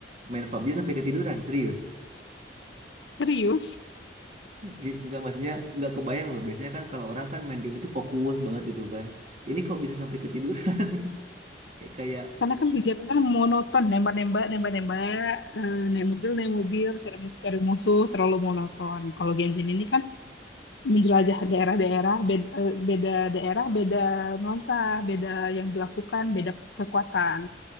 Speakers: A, on the right; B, on the left.
A: main PUBG sampai ketiduran, serius.
B: Serius.
A: Gi- Nggak maksudnya nggak kebayang loh. Biasanya kan kalau orang kan main game itu fokus banget gitu kan. Ini kok bisa sampai ketiduran? <laughs> Kayak kayak,
B: Karena kan kegiatannya monoton, nembak-nembak, nembak-nembak, eh, naik mobil, naik mobil, cari, mu- cari musuh, terlalu monoton. Kalau Genshin ini kan menjelajah daerah-daerah, beda, beda daerah, beda nuansa, beda yang dilakukan, beda kekuatan.